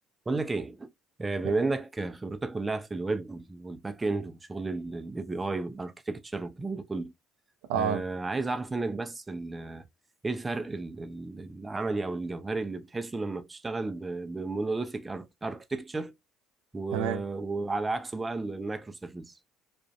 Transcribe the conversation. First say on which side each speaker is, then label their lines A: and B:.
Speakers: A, on the right; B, on the right.
A: بقول لك ايه آه، بما
B: ايه
A: انك خبرتك كلها في الويب وال- والباك اند وشغل الاي بي اي والاركتكتشر والكلام ده كله
B: اه
A: آه، عايز اعرف منك بس ال- ايه الفرق ال- ال- العملي او الجوهري اللي بتحسه لما بتشتغل بمونوليثيك اركتكتشر وعلى
B: تمام
A: عكسه بقى المايكرو سيرفيس